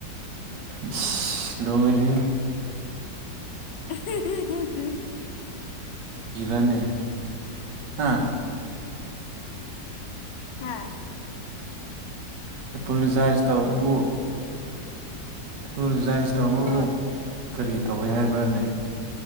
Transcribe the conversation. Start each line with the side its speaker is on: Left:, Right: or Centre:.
Right: ꯏꯁ ꯂꯣꯏꯔꯦꯍꯦ
Left: ꯑꯍ ꯍ ꯍ <unintelligible>
Right: ꯏꯔꯅꯦ ꯍꯥ
Left: ꯍꯥꯥ
Right: ꯑꯦꯄꯣꯂꯣꯖꯥꯏꯁ ꯇꯧꯕꯕꯨ ꯑꯦꯄꯣꯂꯣꯖꯥꯏꯁ ꯇꯧꯕꯕꯨ
Left: ꯍꯣꯏ
Right: ꯀꯔꯤ ꯇꯧꯋꯤ ꯍꯥꯏꯕ꯭ꯔꯅꯦ